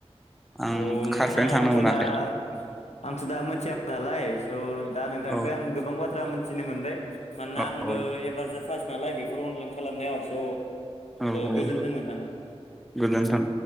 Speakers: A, in the centre; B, on the left.
A: आं
B: अ
A: खारफेरनो
B: नोंथां
A: थांनो
B: आंथ'
A: मोनाखै
B: दा आंथ' दा मोनथियामोन नालाय स' दा नोंथांनिफ्राय
A: औ
B: आं गोबां बाथ्रा मोनथिनो मोनबाय। मानोना
A: औ
B: आंबो
A: औ
B: एबारसो फास्ट नालाय बेफोर अनलाइन खालामनायावो स'
A: औ औ
B: गोजोन्थों नोंथां
A: गोजोनथों।